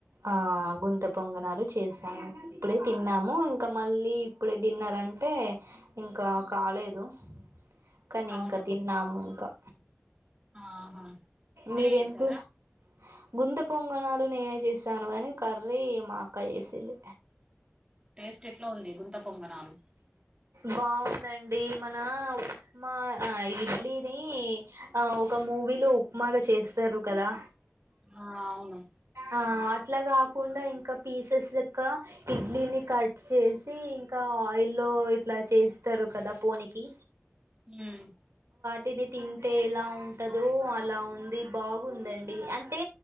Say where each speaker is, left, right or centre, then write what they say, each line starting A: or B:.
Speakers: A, on the right; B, on the right.
A: ఆ గుంత పొంగనాలు చేశాను ఇప్పుడే తిన్నాము ఇంకా మళ్ళీ ఇప్పుడే డిన్నర్ అంటే ఇంకా కాలేదు కానీ
B: అవునా
A: ఇంకా తిన్నాము ఇంకా
B: ఆహా మీరే
A: మీదెం
B: చేసారా
A: కూర గుత్ త పొంగణాలు నేనే చేసాను గాని కర్రీ మాక్క చేసింది
B: టేస్ట్ ఎట్ల ఉంది గుంత పొంగనాలు
A: బావుందండి మన ఉప్మా ఆ ఇడ్లీని ఆ ఒక మూవీలో ఉప్మాగా చేస్త తరు కదా
B: ఆ అవును
A: ఆ అట్లా కాకుండా ఇంకా పీసెస్ లెక్క ఇడ్లీని కట్ చేసి ఇంకా ఆయిల్లో ఇట్లా చేస్తారు కదా పోనికి
B: హ్మ్
A: తిది తింటే ఎలా ఉంటందో అలా ఉంది బాగుందండి అంటే